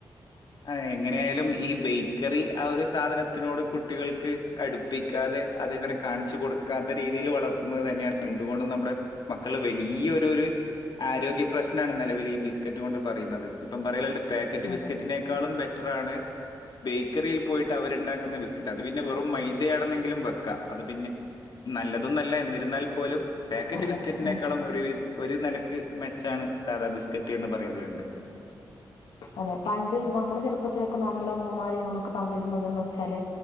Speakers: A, on the left (about 60°); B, on the left (about 85°).
A: ആ എങ്ങനെയ ആലും ഈ ബേക്കറി ആ ഒരു സാധനത്തിനോട് കുട്ടികൾക്ക് അടുപ്പിക്കാതെ അങ്ങനെ കാണിച്ചു കൊടുക്കാത്ത രീതിയിൽ വളർത്തുന്നത് തന്നെയാണ് എന്തുകൊണ്ടും നമ്മടെ മക്കൾ വലിയൊരു ഒരു ആരോഗ്യ പ്രശ്നം നിലവിൽ ഈ ബിസ്ക്കറ്റ് കൊണ്ട് പറയുന്നത് ഇപ്പം പറയലണ്ട് പാക്കക്ട് ബിസ്‌ക്കറ്റ്
B: അതെ
A: - ബെറ്ററാണ് ബേക്കറിയിൽ പോയിട്ട് അവരുണ്ടാക്കുന്ന ബിസ്ക്കറ്റ് അത് പിന്നെ വെറും മൈതയാണെന്നെങ്കിലും വെക്ക അത് പിന്നെ നല്ലതും നല്ല എന്നിരുന്നാൽ- പോലും പാക്കറ്റ്
B: അതെ
A: ബിസ്ക്കറ്റിനേക്കാളും
B: ഉം
A: ഒരു- ഒരു നിലക്ക് മെച്ചാണ് സാധാ ബിസ്ക്കറ്റ് എന്ന് പറയുന്നത് ഫൻലണ്ട <unintelligible>
B: അതെ പണ്ട് നമ്മളെ ചെറുപ്പത്തിലൊക്കെ നമ്മള ഉമ്മമാര് നമുക്ക് തന്നിരുന്നുന്നത്ന്ന് വെച്ചാല്